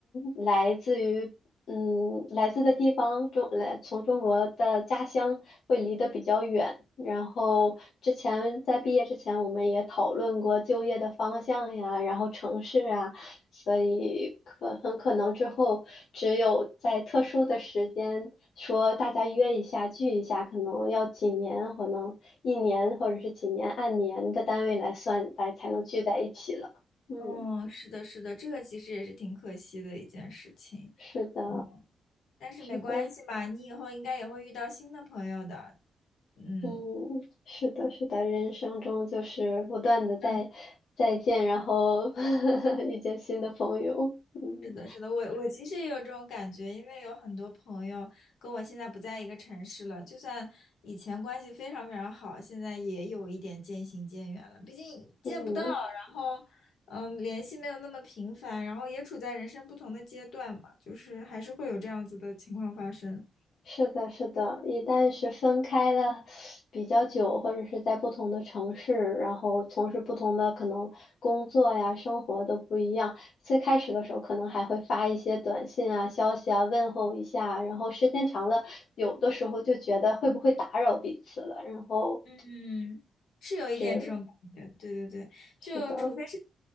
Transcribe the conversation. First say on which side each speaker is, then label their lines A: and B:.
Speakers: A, on the left; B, on the left.
A: 来自于嗯来自的地方中来从中国的家乡会离得比较远。然后之前在毕业之前，我们也讨论过就业的方向呀，然后城市啊，所以可很可能之后只有在特殊的时间说大家约一下聚一下，可能要几年，可能一年或者是几年按年的单位来算来才能聚在一起了。嗯，
B: 哦，是的，是的，这个其实也是挺可惜的一件事情。
A: 是的，
B: 嗯，但是没关系嘛，
A: 是的，
B: 你以后应该也会遇到新的朋友的。嗯
A: 嗯，是的，是的，人生中就是不断的在再见，
B: 嗯。
A: 然后 <laughs> 遇见新的朋友。嗯
B: 是的，是的，我我其实也有这种感觉，因为有很多朋友跟我现在不在一个城市了，就算以前关系非常非常好，现在也有一点渐行渐远了。毕竟见不到，
A: 嗯。
B: 然后嗯，联系没有那么频繁，然后也处在人生不同的阶段嘛，就是还是会有这样子的情况发生。
A: 是的，是的，一旦是分开了比较久，或者是在不同的城市，然后从事不同的可能工作呀、生活都不一样。最开始的时候，可能还会发一些短信啊、消息啊，问候一下。然后时间长了，有的时候就觉得会不会打扰彼此了。然后
B: 嗯，是有一点这种感觉，
A: 就
B: 对对对，
A: 是的，
B: 就除非是